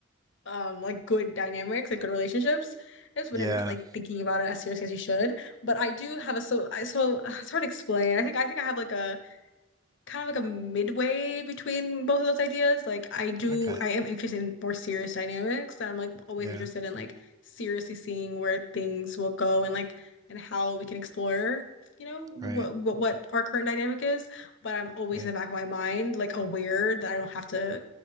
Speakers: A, on the left; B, on the right.
A: um like good dynamics like good relationships is when
B: Yeah.
A: you're not like thinking about it as seriously as you should but I do have a so I so <sighs> it's hard to explain I think I think I have like a kind of like a midway between both of those ideas. Like I do,
B: Okay.
A: I am interested in more serious dynamics, and I'm like always
B: Yeah.
A: interested in like seriously seeing where things will go and like and how we can explore, you know, what
B: Right.
A: what what our current dynamic is. But I'm always
B: Right.
A: in the back of my mind, like aware that I don't have to